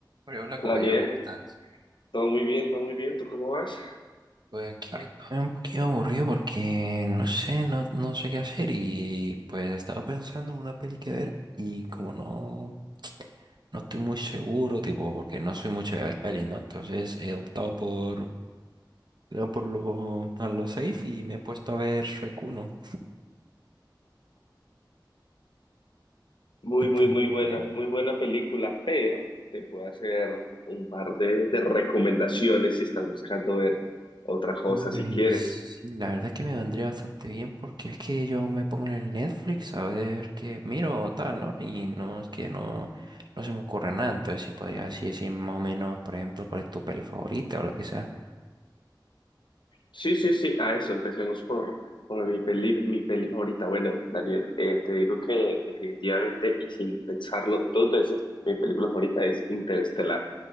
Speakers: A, on the right; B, on the left.
A: Hola, hola, compañero,
B: Daniel,
A: ¿cómo estás?
B: todo muy bien, todo muy bien. ¿Tú cómo vas?
A: Pues aquí Ah, estoy un poquito aburrido porque no sé, no, no sé qué hacer y pues estaba pensando en una peli que ver y como no, no estoy muy seguro, tipo, porque no soy mucho de ver pelis, ¿no? Entonces he optado por, por lo, a lo safe y me he puesto a ver Shrek uno
B: Muy,
A: <laughs> Entonces,
B: muy, muy buena, muy buena película, pero te puedo hacer un par de, de recomendaciones si estás buscando ver otra cosa,
A: Hombre,
B: si quieres.
A: sí, la verdad que me vendría bastante bien porque es que yo me pongo en el Netflix a ver qué miro o tal, ¿no? Y no es que no, no se me ocurre nada, entonces si podría así decir más o menos, por ejemplo, cuál es tu peli favorita o lo que sea.
B: Sí, sí, sí, a eso, empecemos por, por mi peli, mi peli favorita. Bueno, Daniel, eh, te digo que definitivamente y sin pensarlo dos veces, mi película favorita es Interestelar.